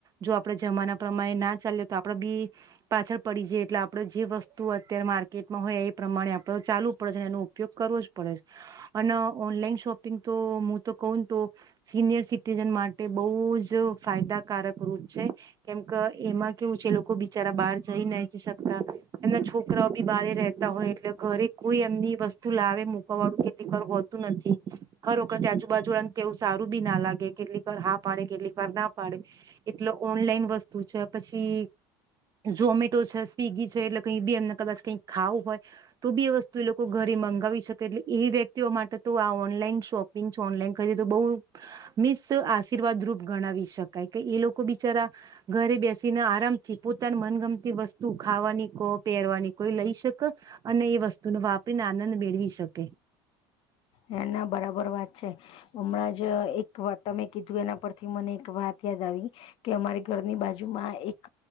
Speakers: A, on the right; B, on the left.
A: જો આપણેે જમાના પ્રમાણે ના ચાલે તો આપણે બી પાછળ પડી જઈ એટલે આપણે જે વસ્તુ અત્યારે માર્કેટમાં હોય એ પ્રમાણે આપણે ચાલવુ પડે છે એનો ઉપયોગ કરવો જ પડે છે અને ઓનલાઈન શોપિંગ તો હું તો કહ ને તો સિનિયર સિટીઝન માટે બહુ જ ફાયદાકારક રૂપ છે કેમ કે એમાં કેવું છે લોકો બિચારા બહાર જઈ ના શકતા એમના છોકરાઓ બી બાર રતા હોય એટલે ઘરે કોઈ એમની વસ્તુ લાવે મુકવા વાળું કેટલી વાર હોતું નથી હર વખત આજુબાજુને કેવું સારું બી ના લાગે કેટલી વાર હા પાડે કેટલી વાર ના પાડે એટલે ઓનલાઈન વસ્તુ છે પછી ઝોમેટો છે સ્વગી છે એટલે કઈ બી એમને કદાચ કઈ ખાવું હોય તો બી વસ્તુ એ લોકો ઘરે મંગાવી શકે એટલે એ વ્યક્તિઓ માટે તો આ ઓનલાઈન શોપિંગ છે ઓનલાઈન કરી તો બહ મિસ આશીર્વાદ રૂપ ગણાવી શકાય કે એ લોકો બિચારા ઘરે બેસે ના આરામથી પોતાની મનગમતી વસ્તુ ખાવાની કો પહેરવાની કોઈ લઈ શકે અને એ વસ્તુનો વાપરીને આનંદ મેળવી શકે
B: ના ના બરાબર વાત છે હમણાં જ એક વાત તમે કીધું એના પરથી મને એક વાત યાદ આવી કે અમારી ઘરની બાજુમાં એક